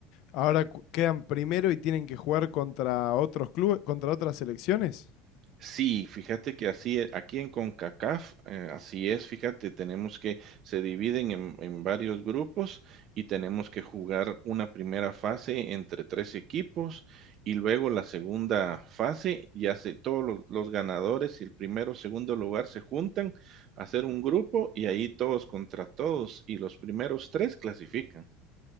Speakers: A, on the left (about 55°); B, on the right (about 45°).
A: ahora cu- quedan primero y tienen que jugar contra otros clubes, contra otras selecciones.
B: Sí, fíjate que así e aquí en CONCACAF, eh, así es, fíjate, tenemos que se dividen en en varios grupos y tenemos que jugar una primera fase entre 3 equipos y luego la segunda fase, ya se todos los los ganadores y el primero, segundo lugar se juntan a hacer un grupo y ahí todos contra todos, y los primeros 3 clasifican.